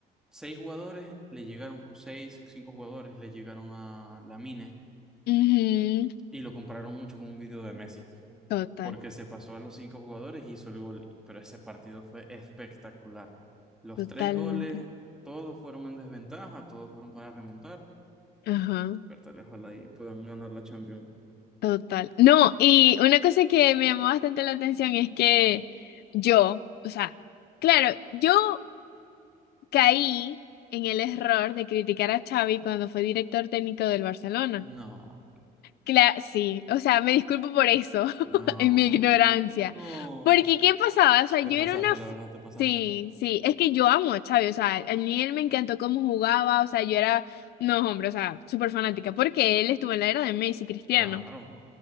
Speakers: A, in the centre; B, on the left.
A: seis jugadores le llegaron, con- seis, cinco jugadores le llegaron a Lamine
B: ujú,
A: y lo compararon mucho con un video de Messi,
B: Total,
A: porque se pasó a los cinco jugadores y hizo el gol, pero ese partido fue espectacular. Los
B: totalmente.
A: tres goles, todos fueron en desventaja, todos fueron para remontar,
B: Ajá,
A: pero tal vez ojalá y puedan ganar la Champions.
B: total. No, y una cosa que me llamó bastante la atención es que yo, o sea, claro, yo caí en el error de criticar a Xavi cuando fue director técnico del Barcelona.
A: No,
B: Cla- sí, o sea, me disculpo por eso, <laughs>
A: no,
B: en mi ignorancia.
A: no.
B: Porque, ¿qué pasaba? O sea, yo
A: Te pasaste,
B: era una... f-
A: la verdad, te pasaste.
B: Sí, sí, es que yo amo a Xavi, o sea, a mí él me encantó cómo jugaba, o sea, yo era, no, hombre, o sea, súper fanática, porque él estuvo en la era de Messi, Cristiano.
A: Claro.